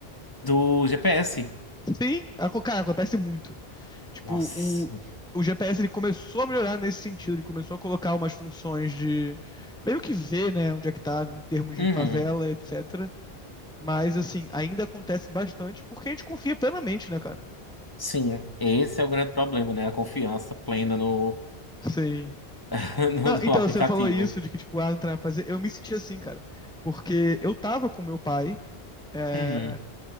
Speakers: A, on the left; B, in the centre.
A: do GPS.
B: Sim, aco- cara, acontece muito. Tipo,
A: Nossa.
B: o, o GPS ele começou a melhorar nesse sentido. Ele começou a colocar umas funções de meio que ver, né, onde é que tá em termos
A: Uhum.
B: de favela, etc. Mas, assim, ainda acontece bastante porque a gente confia plenamente, né, cara?
A: Sim, esse é o grande problema, né? A confiança plena no,
B: Sim.
A: <laughs> no,
B: Não,
A: no
B: então,
A: aplicativo.
B: você falou isso de que, tipo, ah, não tem nada pra fazer. Eu me senti assim, cara. Porque eu tava com meu pai. eh,
A: Uhum.